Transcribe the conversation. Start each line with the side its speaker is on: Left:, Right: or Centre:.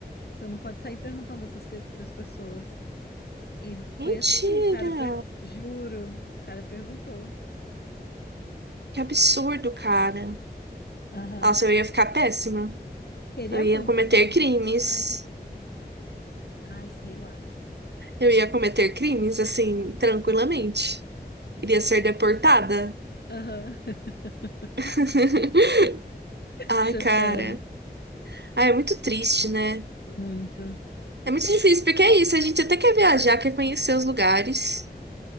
Left: Você não pode sair perguntando essas coisas para as pessoas. E foi
Right: mentira!
Left: assim, o cara, per- juro, o cara perguntou.
Right: Que absurdo, cara.
Left: Aham.
Right: Nossa, eu ia ficar péssima.
Left: Queria
Right: Eu ia
Left: muito
Right: cometer
Left: ir no Egito,
Right: crimes.
Left: mas, ai, sei lá.
Right: Eu ia cometer crimes, assim, tranquilamente. Iria ser deportada.
Left: Aham. <laughs>
Right: <laughs> Ai,
Left: Chocado.
Right: cara. Ai, é muito triste, né?
Left: Muito.
Right: É muito difícil, porque é isso. A gente até quer viajar, quer conhecer os lugares.